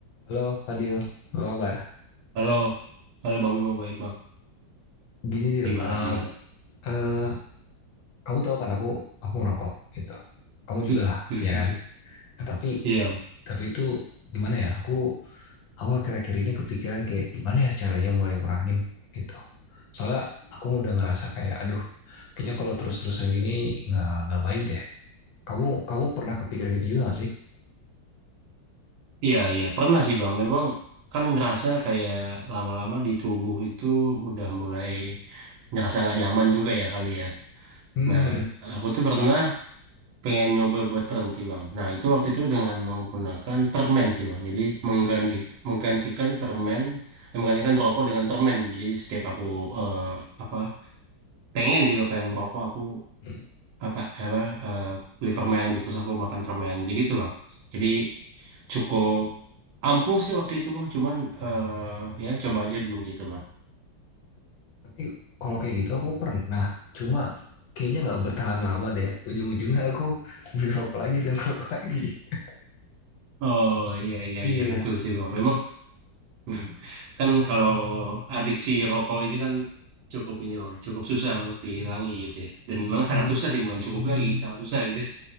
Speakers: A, on the left (about 80°); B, on the right (about 85°).
A: Halo Fadil, apa kabar?
B: Halo, halo Bang Bimo, baik Bang.
A: Gini Dil,
B: Gimana,
A: eh,
B: gimana? <laughs>
A: eh, kamu tahu kan aku aku ngerokok gitu. Kamu juga
B: Hmm,
A: lah,
B: hmm,
A: ya
B: hmm.
A: kan? Nah, tapi
B: Iya, Bang.
A: tapi itu gimana ya? Aku aku akhir-akhir ini kepikiran kayak gimana ya caranya mulai ngurangin gitu. Soalnya aku udah ngerasa kayak aduh, kayaknya kalau terus-terusan gini nggak nggak baik deh. Kamu kamu pernah kepikiran gitu juga gak sih?
B: iya, iya. Pernah sih Bang. Memang kan ngerasa kayak lama-lama di tubuh itu udah mulai ngerasa nggak nyaman juga ya kali ya.
A: Hmm.
B: Nah, aku tuh pernah pengen nyoba buat berhenti Bang. Nah, itu waktu itu dengan menggunakan permen sih Bang. Jadi mengganti, menggantikan permen, eh, menggantikan rokok dengan permen gitu. Jadi setiap aku eh, apa pengen juga pengen merokok, aku
A: Hmm.
B: apa apa eh, beli permen gitu terus aku makan permen jadi gitu bang jadi cukup ampuh sih waktu itu bang cuman eh, ya coba aja dulu gitu bang
A: Tapi kalau kayak gitu aku pernah. Cuma kayaknya nggak bertahan lama deh. Ujung-ujungnya aku <laughs> beli rokok lagi dan rokok lagi. <laughs>
B: oh iya iya
A: Iya.
B: iya betul sih bang memang mm. kan kalau adiksi rokok ini kan cukup ini bang cukup susah untuk dihilangi gitu ya dan memang sangat
A: Hmm.
B: susah sih bukan cukup lagi sangat susah gitu